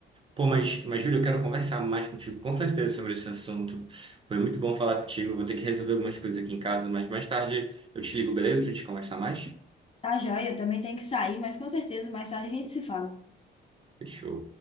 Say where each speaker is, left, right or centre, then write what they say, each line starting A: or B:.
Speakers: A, on the right; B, on the left.
A: Pô, mas, mas Júlio, eu quero conversar mais contigo, com certeza, sobre esse assunto. Foi muito bom falar contigo. Eu Vou ter que resolver algumas coisas aqui em casa, mas mais tarde eu te ligo, beleza? Pra gente conversar mais?
B: Tá, joia, eu também tenho que sair, mas com certeza mais tarde a gente se fala.
A: Fechou.